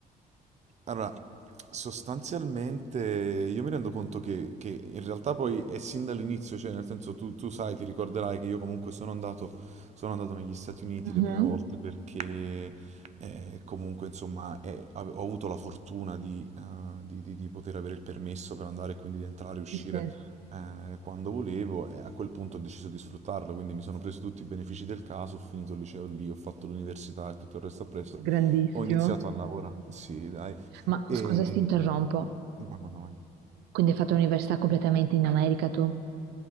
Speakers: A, on the right (about 45°); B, on the right (about 85°).
A: Allora, sostanzialmente io mi rendo conto che, che in realtà poi è sin dall'inizio, cioè nel senso tu, tu sai, ti ricorderai che io comunque sono andato, sono andato negli Stati Uniti
B: Mhm.
A: le prime volte perché eh, comunque insomma eh, ave- ho avuto la fortuna di, eh, di- di- di poter avere il permesso per andare e quindi di entrare e uscire
B: Sì, sì.
A: eh, quando volevo e a quel punto ho deciso di sfruttarlo, quindi mi sono preso tutti i benefici del caso, ho finito il liceo lì, ho fatto l'università e tutto il resto appresso,
B: Grandissimo.
A: ho iniziato a lavorare, sì, dai,
B: Ma
A: e...
B: scusa se ti interrompo,
A: Madonna, mai.
B: quindi hai fatto l'università completamente in America tu?